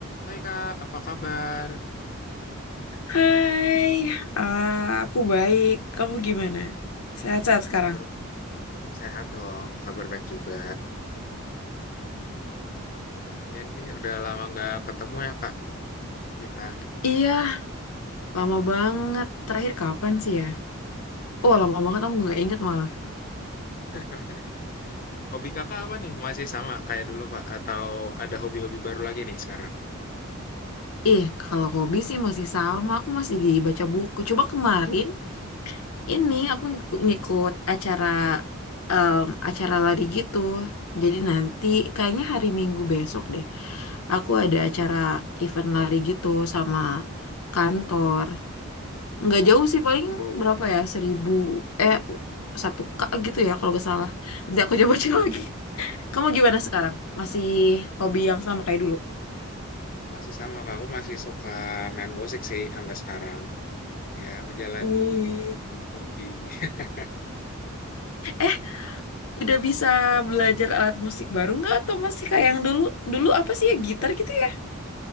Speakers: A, on the left (about 40°); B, on the left (about 80°).
A: Hai Kak, apa kabar?
B: Hai, eh, aku baik. Kamu gimana? Sehat-sehat sekarang?
A: Kabar sehat dong, kabar baik juga. Ya ini udah lama nggak ketemu ya Kak, kita.
B: Iya, lama banget. Terakhir kapan sih ya? Oh, lama banget aku nggak inget malah.
A: <laughs> Hobi Kakak apa nih? Masih sama kayak dulu Kak? Atau ada hobi-hobi baru lagi nih sekarang?
B: Ih, kalau hobi sih masih sama. Aku masih di baca buku. Coba kemarin ini aku ngikut, ngikut acara em, acara lari gitu. Jadi nanti kayaknya hari Minggu besok deh. Aku ada acara event lari gitu sama kantor. nggak jauh sih paling berapa ya seribu eh satu k gitu ya kalau nggak salah nanti aku coba cek lagi kamu gimana sekarang masih hobi yang sama kayak dulu
A: Masih sama Kak, aku masih suka main musik sih sampai sekarang. Ya menjalani
B: Wih.
A: hobi. <laughs>
B: Eh, udah bisa belajar alat musik baru nggak atau masih kayak yang dulu? Dulu apa sih ya gitar gitu ya?